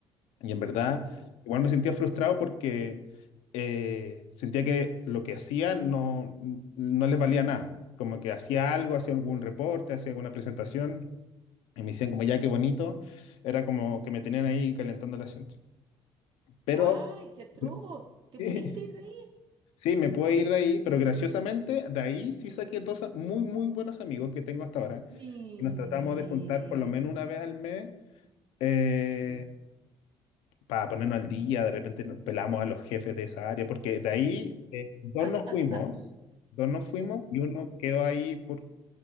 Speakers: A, on the left; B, on the right.
A: Y en verdad,
B: ya.
A: igual me sentía frustrado porque eh, sentía que lo que hacía no, no les valía nada. Como que hacía algo, hacía algún reporte, hacía alguna presentación y me decían como, ya, qué bonito. Era como que me tenían ahí calentando el asiento. Pero
B: ¡Ay, qué atroz!
A: <laughs>
B: ¿Te
A: sí,
B: pudiste ir de ahí?
A: sí, me puedo ir de ahí, pero graciosamente, de ahí sí saqué dos a- muy, muy buenos amigos que tengo hasta ahora.
B: Ni...
A: Y nos tratamos de juntar por lo menos una vez al mes eh,
B: Ya.
A: para ponernos al día. De repente nos pelamos a los jefes de esa área, porque de ahí eh, dos
B: <laughs>
A: nos fuimos, dos nos fuimos y uno quedó ahí por